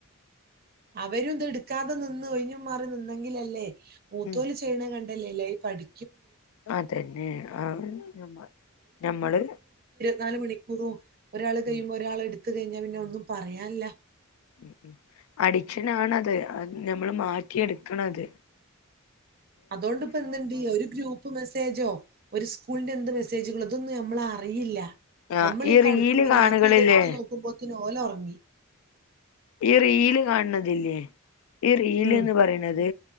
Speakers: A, on the right; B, on the left.
A: അവരും ത് എട്ക്കാതെ നിന്ന് ഒഴിഞ്ഞ് മാറി നിന്നെങ്കിലല്ലേ മൂത്തോല്
B: ഉം
A: ചെയ്യ്ണ കൺ ണ്ടല്ലല്ലേ ഈ പഠി
B: അതന്നെ ആ ഞമ്മ ഞമ്മള്
A: നാല് മണിക്കൂറു ഒരാള് കയ്യുമ്പോ
B: ഉം
A: ഒരാളെട് ട്ത്ത് കയ്ഞ്ഞാ പിന്നെ ഒന്നും പറയാൻല്ലാ
B: ഉം ഉം അഡിക്ഷനാണത് അത് ഞമ്മള് മാറ്റിയെട്ക്കണത്
A: അതാേണ്ട്പ്പോ എന്ത്ണ്ട് ഒര് ഗ്രൂപ്പ് മെസ്സേജോ ഒരു സ്കൂളിന്റെ എന്ത് മെസ്സേജുകളോ ഇതൊന്നും നമ്മള് അറിയില്ല.
B: ആഹ്
A: നമ്മളീ ഈ കടുക്കുമ്പോ
B: റീല് കാണുകളില്ലേ
A: രാത്രി ഇത് എടുത്ത് നോക്കുമ്പോ ത്തിന് ഓല് ഒറങ്ങി.
B: ഈ റീല് കാണ് ണതില്ലേ ഈ റീല്
A: ഉം,
B: ന്ന് പറിണത്